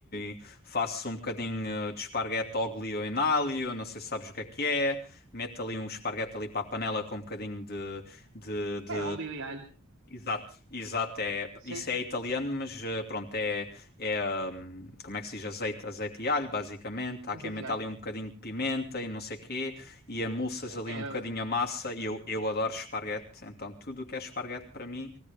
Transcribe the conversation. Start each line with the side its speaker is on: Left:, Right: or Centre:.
Left: E faço um bocadinho ah, de esparguete ao ou em alho, não sei se sabes o que é que é. Meto ali um esparguete ali para a panela com um bocadinho de, de, de
Right: É óleo e alho,
Left: Exato, exato. É,
Right: sim,
Left: isso é italiano, mas eh, pronto, é, é hum, como é que se diz? Azeite, azeite e alho, basicamente. Há
Right: azeite
Left: quem meta
Right: e alho.
Left: ali um bocadinho de pimenta e não sei quê, e amulsas ali
Right: É,
Left: um
Right: é é
Left: bocadinho a massa. E eu, eu adoro esparguete, então tudo o que é esparguete para mim,